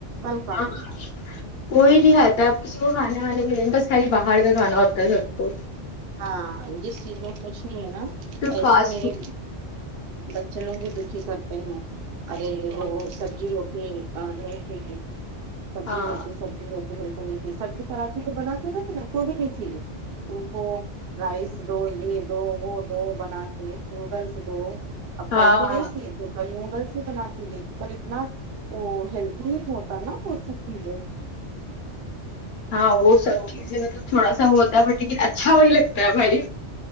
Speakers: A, on the right; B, on the left.
A: کل کہاں
B: ہاں
A: ہے
B: کوئی نہیں کھاتا ہے آپ کسی کو کھانے وانے کے بس خالی باہر کا کھانا ہوتا ہے سب کو
A: ہاں جس چیز میں کچھ نہیں ہے نا
B: تو
A: ایسے
B: فاسٹ
A: میرے
B: فوڈ
A: بچے لوگ ہی دکھی کرتے ہیں ارے وہ سبزی روٹی نہیں س سبزی
B: ہاں
A: روٹی سبزی روٹی بلکل نہیں چاہیے سبزی پراٹھے بناتے ہے نا تو بھی نہیں چاہیے ان کو رائس دو یہ دو وہ دو بنا کے نوڈلس دو اب
B: ہاں
A: کل تو وہی تھی نوڈلس ہی بنا کے دیتی پر اتنا وہ ہیلھتی نہیں ہوتا نا وہ سب چیزیں
B: ہاں وہ
A: تو
B: سب چیزیں مطلب تھوڑا سا وہ ہوتا ہے بٹ لیکن اچھا وہی لگتا ہے بھائی